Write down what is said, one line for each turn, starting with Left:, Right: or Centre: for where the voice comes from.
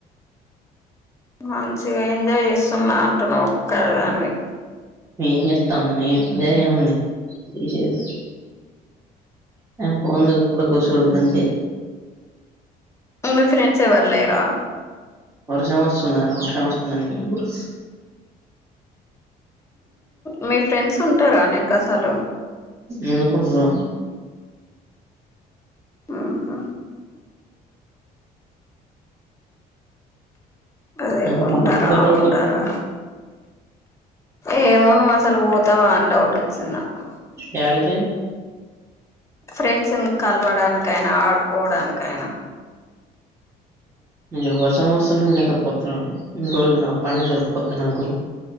Left: మంచిగా ఎంజాయ్ చేస్తున్నా అంటున్నావ్ ఒక్కదానివి
Right: మేం చేస్తాంమ తినేదేముంది ఏం చె నాక్ ఫోన్ చూసుకుంటా కుసూడు గంతే
Left: మీ ఫ్రెండ్స్ ఎవరు లేరా
Right: వర్షం వస్తుందని వర్షం వస్తుందని ఎటుబొలు
Left: మీ ఫ్రెండ్స్ ఉంటారా నీకు అసలు
Right: ఎందు కుంటరు
Left: ఆ అదే
Right: ఎందుకు
Left: ఉంటారా
Right: అంత పెద్ద డౌట్
Left: ఉండరా
Right: వచ్చింది
Left: ఏమో నువ్వు అసలు పోతావా అని డౌట్ వచ్చింది నాకు
Right: యాడికి
Left: ఫ్రెండ్స్ ని కలవడానికైనా ఆడుకోవడానికైనా
Right: ఇహ వర్షం వస్తుండం గ త పోత్రం ఇంకో పని జరుపోద్ది నాకు